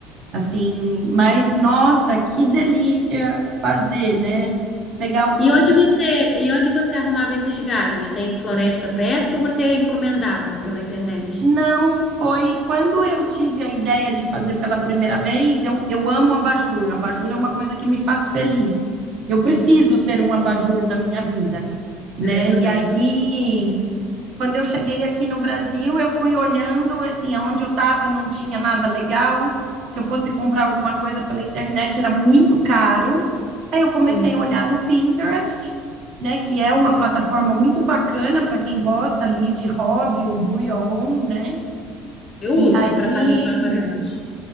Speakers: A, on the right; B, on the left.
A: assim, mas nossa, que delícia fazer, né? Pegar o toquinho
B: E onde você, e onde você arrumava esses galhos? Tem floresta perto ou você encomendava pela internet?
A: Não, foi quando eu tive a ideia de fazer pela primeira vez. Eu, eu amo abajur. Abajur é uma coisa que me faz feliz. Eu preciso
B: Uhum.
A: ter um abajur na minha vida, né?
B: Ah, eu também.
A: E aí, quando eu cheguei aqui no Brasil, eu fui olhando, assim, aonde eu estava não tinha nada legal. Se eu fosse comprar alguma coisa pela internet, era muito caro. Aí eu comecei
B: Sim.
A: a olhar no Pinterest, né? Que é uma plataforma muito bacana para quem gosta ali de hobby, o do your own, né?
B: Eu
A: E
B: uso
A: aí,
B: para fazer as aquarelas.